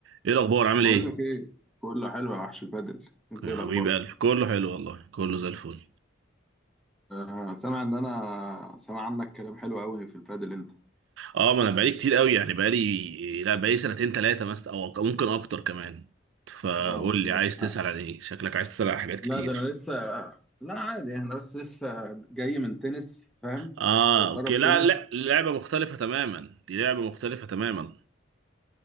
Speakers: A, on the right; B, in the centre.
A: ايه الاخبار عامل
B: بقول
A: ايه
B: لك ايه كله حلو يا وحش البادل انت
A: يا
B: ايه
A: حبيب
B: الاخبار
A: قلبي كله حلو والله كله زي الفل
B: آه سامع ان انا سامع عنك كلام حلو قوي في البادل انت
A: اه ما انا بقالي كتير قوي يعني بقالي لا بقالي سنتين ثلاثه مثلا او ممكن اكتر كمان فقول
B: واو
A: لي عايز تسأل
B: لا
A: عن ايه شكلك عايز تسأل عن حاجات كتير
B: لا ده انا لسه لا عادي انا بس لسه جاي من تنس فاهم
A: اه
B: يعني كنت بتدرب
A: اوكي لا
B: تنس
A: لا لعبه مختلفه تماما دي لعبه مختلفه تماما